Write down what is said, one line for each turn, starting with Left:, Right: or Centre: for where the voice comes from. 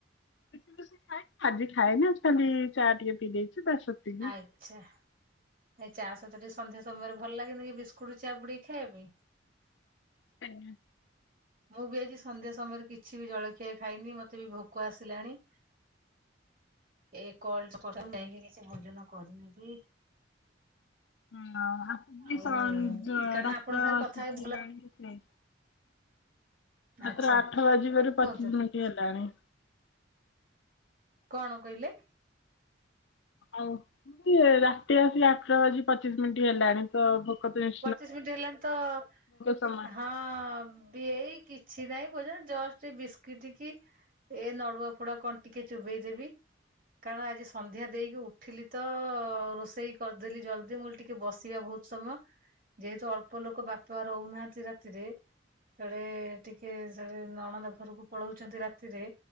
Left: ଖାଏ, ଆଜି ଖାଇନି, ଆଜି ଖାଲି ଚା ଟିକେ ପିଇ ଦେଇଛି। ବାସ୍ ସେତିକି
Right: ଆଇଗ୍ ଚା, ନାଇଁ ଚା ସହିତ ଟିକେ ସନ୍ଧ୍ୟା ସମୟରେ ଭଲ ଲାଗେନି କି, ବିସ୍କୁଟ ଚା ବୁଡେଇକି ଖାଇବା ପାଇଁ?
Left: <unintelligible>
Right: ମୁଁ ବି ଆଜି ସନ୍ଧ୍ୟା ସମୟରେ କିଛି ବି ଜଳଖିଆ ଖାଇନି, ମତେ ବି ଭୋକ ଆସିଲାଣି। ଏ କଲ୍ <unintelligible> କିଛି ଭୋଜନ କରିନେବି।
Left: ହଁ ଆ ବି
Right: ଆଉ
Left: ସଞ୍ଜ
Right: କାରଣ
Left: ରାତ୍ର
Right: ଆପଣଙ୍କ ସାଙ୍ଗରେ କଥା
Left: ସେଠି
Right: ହେଇ ଭଲ
Left: ହେଲାଣି କେତେ? ମାତ୍ର
Right: ଆଚ୍ଛା
Left: ଆଠ ବାଜିବାରୁ
Right: କୁହନ୍ତୁ
Left: ପଚିଶ ମିଣ୍ଟି ହେଲାଣି।
Right: କଣ କହିଲେ?
Left: ଆଉ ସିଏ ରାତି ଆସିକି ଆଠଟା ବାଜି ପଚିଶ ମିଣ୍ଟି ହେଲାଣି। ତ ଭୋକ ତ ନି
Right: ପଚିଶ ମିଣ୍ଟି ହେଲାଣି ତ
Left: ସମୟ
Right: ହଁ ଏଇ କିଛି ନାଇଁ, ବୋ ଯୋଉ ଜଷ୍ଟ, ବିସ୍କିଟିକି ଏ ନଡୁଆ ଫଡୁଆ କଣ ଟିକେ ଚୋବେଇଦେବି କାରଣ ଆଜି ସନ୍ଧ୍ୟା ଦେଇକି ଉଠିଲି ତ, ରୋଷେଇ କରିଦେଲି ଜଲଦି ମୁଁ କହିଲି ଟିକେ ବସିବା ବହୁତ ସମୟ ଯେହେତୁ ଅଳ୍ପ ଲୋକ ବାପା ରହୁନାହାଁନ୍ତି ରାତିରେ, ସାଡେ ଟିକେ ସାଡେ ନଣନ୍ଦ ଘରକୁ ପଳଉଛନ୍ତି ରାତିରେ,